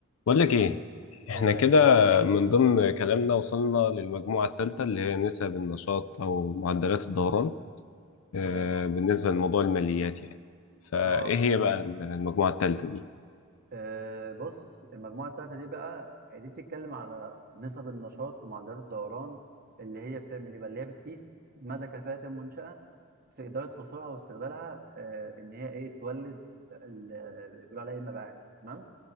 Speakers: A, on the left (about 70°); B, on the right (about 45°).
A: بقول لك ايه
B: ده
A: احنا
B: غالي
A: كده من ضمن كلامنا وصلنا للمجموعة الثالثة اللي هي نسب النشاط او معدلات الدوران آه،
B: تمام اه
A: بالنسبة لموضوع الماليات يعني فايه
B: اه
A: هي
B: اه
A: بقى المجموعة الثالثة دي
B: آه، بص المجموعة التالتة دي بقى دي بتتكلم على نسب النشاط ومعدلات الدوران اللي هي بتعمل ايه بقى اللي هي بتقيس مدى كفاءة المنشأة في إدارة أصولها واستغلالها آه إن هي ايه تولد ال- بيقولوا عليها ايه المبيعات تمام